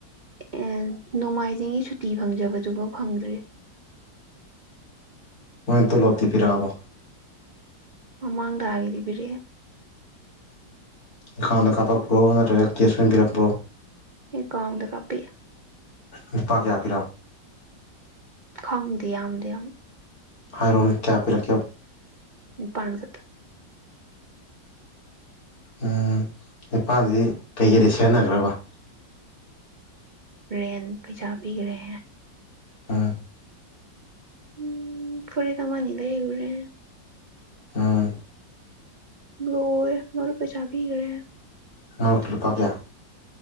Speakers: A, on the right (about 65°); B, on the left (about 50°).
A: ꯑꯦ ꯅꯣꯡꯃꯥꯏꯖꯤꯡꯒꯤ ꯁꯨꯇꯤ ꯐꯪꯖꯕꯗꯨꯐꯥꯎ ꯐꯪꯗ꯭ꯔꯤ
B: ꯍꯣꯏꯅꯇꯂꯣ ꯇꯤꯔꯛꯑꯕ
A: ꯃꯃꯥꯡꯗ ꯍꯥꯏꯒꯤꯗꯤꯕꯤꯔꯦ
B: ꯏꯈꯥꯎꯟꯗ ꯀꯥꯞꯄꯛꯄ꯭ꯔꯣ ꯅꯠꯇ꯭ꯔꯒ ꯇꯦꯁ ꯑꯣꯏꯅ ꯄꯤꯔꯛꯄ꯭ꯔꯣ
A: ꯏꯀꯥꯎꯗ ꯀꯥꯄꯤ
B: ꯂꯨꯄꯥ ꯀꯌꯥ ꯄꯤꯔꯥ
A: ꯈꯪꯗꯦ ꯌꯥꯝꯗꯤ ꯌꯥꯝ
B: ꯍꯥꯏꯔꯛꯣꯅꯦ ꯀꯌꯥ ꯄꯤꯔꯛꯀꯦ
A: ꯅꯤꯄꯥꯟꯒꯗ
B: ꯎꯝ ꯅꯤꯄꯥꯜꯁꯤꯗꯤ ꯀꯩꯀꯩꯗꯤ ꯁꯦꯟꯅꯈ꯭ꯔꯕ
A: ꯔꯦꯦꯟ ꯄꯖꯥꯕꯤꯒ꯭ꯔꯦ
B: ꯎ
A: ꯎꯝ ꯐꯔꯤ ꯊ ꯃꯥꯅꯤꯗꯩ ꯎꯨꯔꯦ
B: ꯑ
A: ꯣꯋ ꯃꯔ ꯄꯩꯁꯥꯕꯤꯒ꯭ꯔꯦ
B: ꯅ ꯀꯔꯤꯄꯥ ꯀꯌꯥ